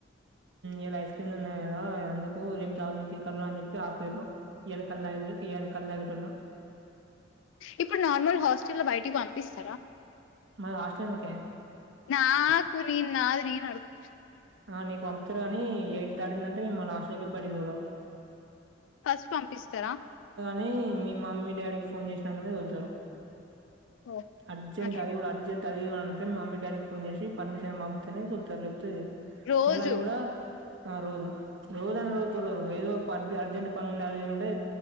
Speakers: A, on the right; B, on the left.
A: ఇలా ఐస్ క్రీమ్లు ఉన్నాయి కదా అందుకు రేపు తాగుదాం తీ కళ్ళు అని చెప్పి ఆపిర్రు ఇయల కళ్ళు తాగిన ఇయాల కళ్ళు తాగేటోళ్లు
B: ఇప్పుడు నార్మల్ హాస్టల్లో బయటికి పంపిస్తారా
A: మరి హాస్టల్ ఎందుకే?
B: నాకు నేను నాది నేను అడు <inaudible>
A: ఆ నీకు పంపుతారు గాని ఎయిట్ దాడిందంటే మిమ్మల్ని హాస్టల్కిఎళ్లి బయటికి తోలరు
B: ఫస్ట్ పంపిస్తారా
A: ని మీ మమ్మీ డాడీకి ఫోన్ చేసినాకనే తొలుతారు
B: ఓ
A: అర్జెంట్
B: అట్లా
A: అది కూడా అర్జెంట్ అది అంటే మమ్మీ డాడీకి ఫోన్ చేసి పర్మిషన్ పమ్తేనే తొలుతారు లేప్తే
B: రోజు
A: మళ్ళీ అది కూడా ఆ రోజు రోజు అ రోజు తోలరు ఏదో అర్జెంట్ పని ఉణ్యాది అంటే